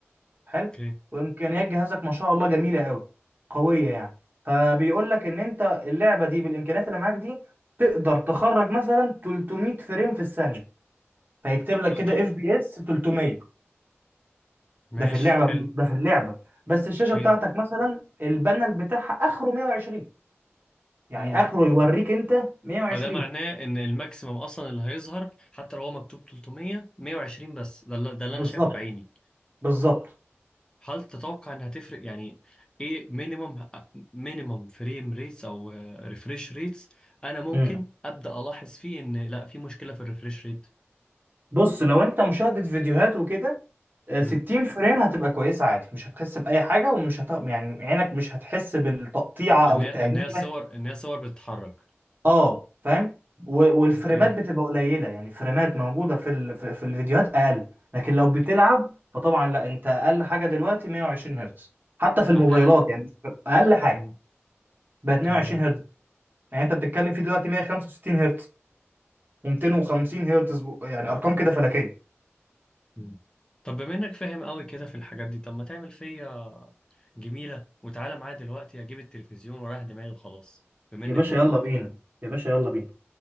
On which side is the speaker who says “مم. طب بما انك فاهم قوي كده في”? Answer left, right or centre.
Left